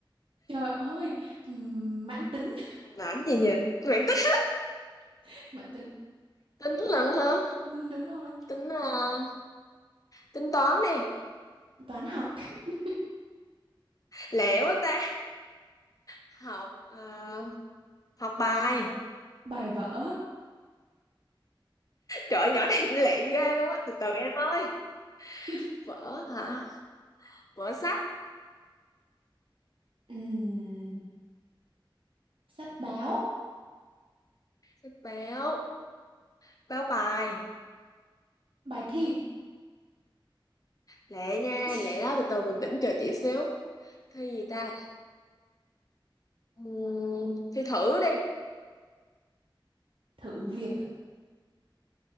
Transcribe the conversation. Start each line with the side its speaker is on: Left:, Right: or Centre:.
Right: Trời ơi, ừm, mãn tính,
Left: mãn gì nhỉ? Mãn tính,
Right: <laughs> mãn tính.
Left: tính lận hả?
Right: Ừm, đúng rồi.
Left: Tính ờ, tính toán đi.
Right: Toán học, <laughs>
Left: Lẹ quá ta. Học ờ, học bài.
Right: bài vở,
Left: Trời ơi, nhỏ này <laughs> lẹ ghê luôn á, từ từ em ơi.
Right: <laughs>
Left: Vở hả? Vở sách,
Right: Ừm, sách báo,
Left: sách báo, báo bài.
Right: bài thi,
Left: Lẹ nha,
Right: <laughs>
Left: lẹ đó từ từ bình tĩnh chờ chị xíu thi gì ta Ừm, thi thử đi
Right: thử việc. ạ.